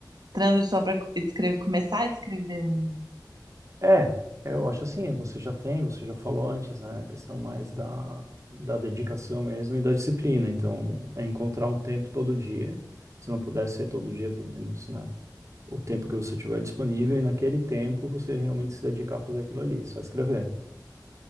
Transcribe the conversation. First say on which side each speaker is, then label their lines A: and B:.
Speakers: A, on the right (about 65°); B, on the right (about 45°).
A: transição para escrever, começar a escrever um livro.
B: é, eu acho assim, você já tem, você já falou antes, né, a questão mais da, da dedicação mesmo e da disciplina. Então, é encontrar um tempo todo dia, se não puder ser todo dia, pelo menos, né, o tempo que você tiver disponível e naquele tempo você realmente se dedicar a fazer aquilo ali, só escrever.